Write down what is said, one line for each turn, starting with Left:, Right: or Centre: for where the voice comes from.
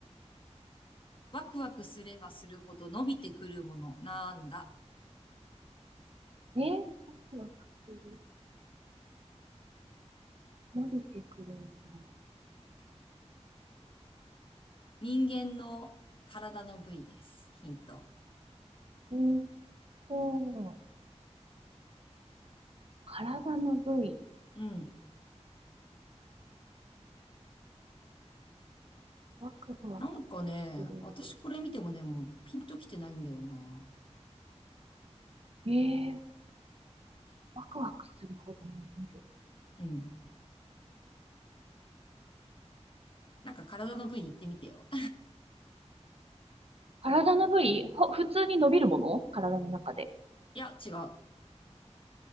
Left: ワクワクすればするほど伸びてくるもの、なんだ。
Right: ね、ワクワクする、伸びてくるも
Left: 人間の体の部位です。ヒント。
Right: の。うんと、体の部位、
Left: うん。
Right: ワクワクする部
Left: なんかね、私これ見てもね、もうピンときてないんだよな。
Right: 位。えー、ワクワクするほど伸びる。
Left: うん。なんか体の部位言ってみてよ。
Right: 体の部位ほ普通に伸びるもの体の中で。
Left: <laughs> いや、違う。